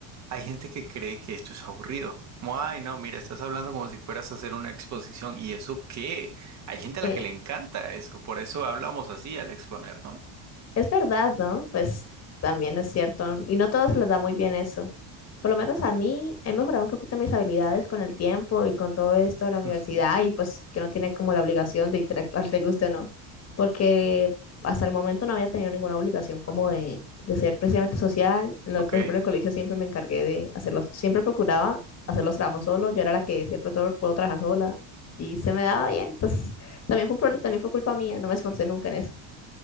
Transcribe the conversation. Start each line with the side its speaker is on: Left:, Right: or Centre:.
Right: hay gente que cree que esto es aburrido. Como, Ay, no, mira, estás hablando como si fueras a hacer una exposición. ¿Y eso qué? Hay gente a
Left: <laughs>
Right: la
Left: Eh,
Right: que le encanta eso, por eso hablamos así al exponer, ¿no?
Left: Es verdad, ¿no? Pues también es cierto. Y no a todos les da muy bien eso. Por lo menos a mí he mejorado un poquito mis habilidades con el tiempo y con todo esto de la universidad
Right: Ujú.
Left: y pues que no tiene como la obligación de interactuar, <laughs> te guste o no. Porque hasta el momento no había tenido ninguna obligación como de, de ser precisamente social. Lo-
Right: Ok,
Left: por ejemplo, en el colegio siempre me encargué de hacerlos, siempre procuraba hacer los trabajos solo. Yo era la que decía, profesor, puedo trabajar sola. Y se me daba bien. Entonces, también fue un problema, también fue culpa mía. No me esforcé nunca en eso.